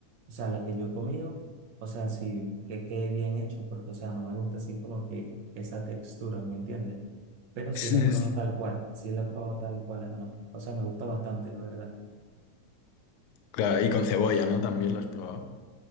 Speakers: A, on the right; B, on the left.
A: o sea, la que yo he comido, o sea, sí que quede bien hecho, porque, o sea, no me gusta así como que esa textura, ¿me entiendes? Pero sí
B: Sí,
A: la he
B: Es-
A: probado tal cual, sí la he probado tal cual, hermano. O sea, me gusta bastante, la verdad.
B: Claro, y con cebolla, ¿no? También lo has probado.